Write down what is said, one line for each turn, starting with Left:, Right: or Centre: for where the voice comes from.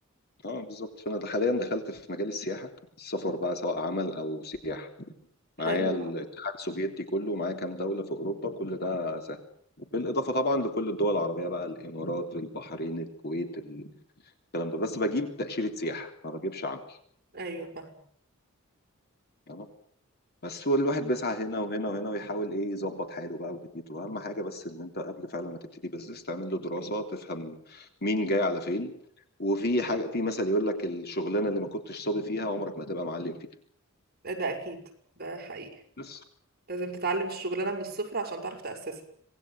Left: اه بالظبط فأنا حاليا دخلت في مجال السياحة السفر بقى سواء عمل أو سياحة معايا
Right: حلو
Left: الاتحاد السوفيتي كله معايا كام دولة في أوروبا كل ده سهل بالإضافة طبعا لكل الدول العربية بقى الإمارات البحرين الكويت الكلام ده بس بجيب تأشيرة سياحة ما بجيبش عمل
Right: ايوه فاهم
Left: تمام بس هو الواحد بيسعى هنا وهنا وهنا ويحاول إيه يظبط حاله بقى ودنيته أهم حاجة بس إن أنت قبل فعلا ما تبتدي بزنس تعمل له دراسة تفهم مين جاي على فين وفي حاجة في مثل يقول لك الشغلانة اللي ما كنتش صابي فيها عمرك ما هتبقى معلم فيها
Right: ده ده اكيد ده حقيقي
Left: بس
Right: لازم تتعلم الشغلانه من الصفر عشان تعرف تأسسها